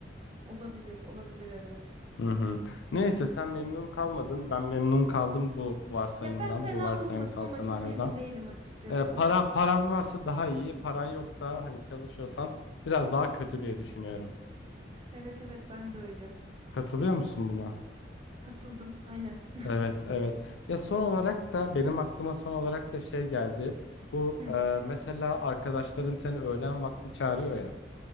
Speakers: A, on the right; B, on the left.
A: Olabilir, olabilir evet.
B: Hı hı. Neyse sen memnun kalmadın. Ben memnun kaldım bu varsayımdan,
A: Ya ben fena
B: bu varsayımsal
A: bulmadım ama
B: senaryodan.
A: çok emin değilim açıkçası.
B: Ee, para paran varsa daha iyi, paran yoksa hani çalışıyorsan biraz daha kötü diye düşünüyorum.
A: Evet evet ben de öyle.
B: Katılıyor musun buna?
A: Katıldım aynen.
B: Evet, evet. Ya son olarak da benim aklıma son olarak da şey geldi. Bu
A: <laughs> Hı,
B: e, mesela arkadaşların seni öğlen vakti çağırıyor ya.